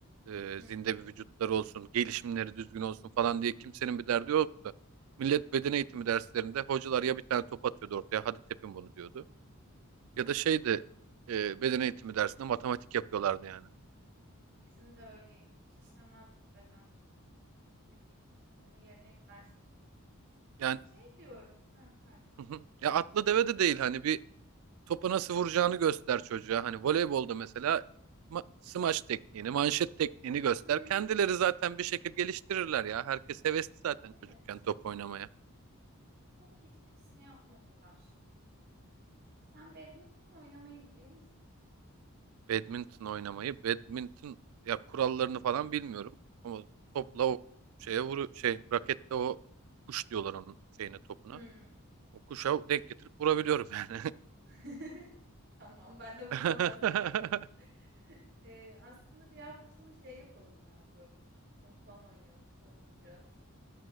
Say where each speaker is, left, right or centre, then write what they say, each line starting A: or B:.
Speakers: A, on the right (about 70°); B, on the right (about 50°).
A: e,
B: Hı
A: zinde
B: hı.
A: bir vücutları olsun gelişimleri düzgün olsun falan diye kimsenin bir derdi yoktu. Millet beden
B: Yok.
A: eğitimi derslerinde hocalar ya bir tane top atıyordu ortaya hadi tepin bunu diyordu.
B: Evet
A: Ya da şeydi
B: ya.
A: e, beden eğitimi dersinde matematik yapıyorlardı yani.
B: Bizim de öyleydi. Hiç işlemezdik beden. Müzik. Onun yerine hep ders olurdu.
A: Yani
B: Şey diyorum. Ha, pardon.
A: <laughs> ya atlı deve de değil hani bir topa nasıl vuracağını göster çocuğa. Hani voleybolda mesela ma- smaç tekniğini, manşet tekniğini göster.
B: Hmm,
A: Kendileri zaten bir şekilde geliştirirler ya. Herkes hevesli zaten
B: evet.
A: çocukken top oynamaya.
B: Yok hiçbirisini yapmadılar. Sen badminton oynamayı biliyor musun?
A: Badminton oynamayı, badminton ya kurallarını falan bilmiyorum ama topla o şeye vuru şey rakette o kuş diyorlar onun şeyine topuna.
B: Hmm.
A: O kuşa denk getirip vurabiliyorum yani.
B: <laughs> Tamam, ben de bundan
A: <laughs>
B: bahsediyorum. <laughs> Ee, aslında bir hafta sonu şey yapalım ya böyle buluşup onu falan oynayalım. Hiç olmadı biraz